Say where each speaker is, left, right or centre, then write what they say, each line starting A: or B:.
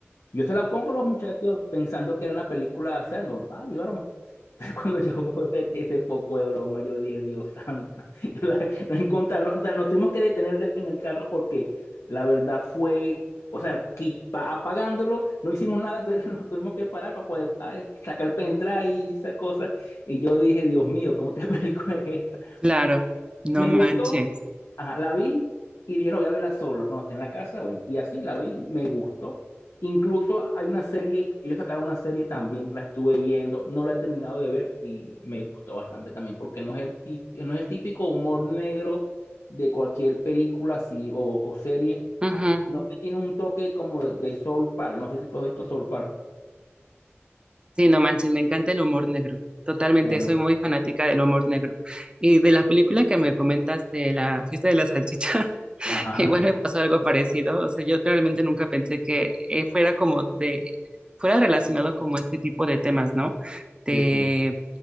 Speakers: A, on the left; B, on the right.
A: Yo se la pongo a los muchachos pensando que era una película, o sea, normal y broma. <laughs> Pero cuando yo veo ese, ese poco de broma, yo dije, Dios santo. <laughs> Yo la- la encontré- no- o sea, nos tuvimos que detener del- en el carro porque la verdad fue, o sea, qui- pa- apagándolo, no hicimos nada, entonces <laughs> nos tuvimos que parar para poder ah, eh, sacar el pendrive y esa cosa Y yo dije, Dios mío, ¿cómo qué <laughs> película es esta?
B: Claro, no
A: Me
B: manches.
A: gustó, ajá, la vi y dije, no, voy a verla solo cuando esté en la casa, bueno, y así la vi, me gustó. Incluso hay una serie, ellos sacaron una serie también, la estuve viendo, no la he terminado de ver y me gustó bastante también, porque no es el tip- no es el típico humor negro de cualquier película así o, o serie,
B: Ujú.
A: sino que tiene un toque como de, de Soul Park, no sé si tú has visto Soul Park.
B: Sí, no manches, me encanta el humor negro. Totalmente,
A: Bueno,
B: soy muy fanática del humor negro. Y de la película que me comentas de la fiesta de la salchicha, <laughs>
A: ajá,
B: igual me pasó algo parecido. O sea, yo realmente nunca pensé que eh, fuera como de, fuera relacionado como este tipo de temas, ¿no? De,
A: <laughs> sí, sí,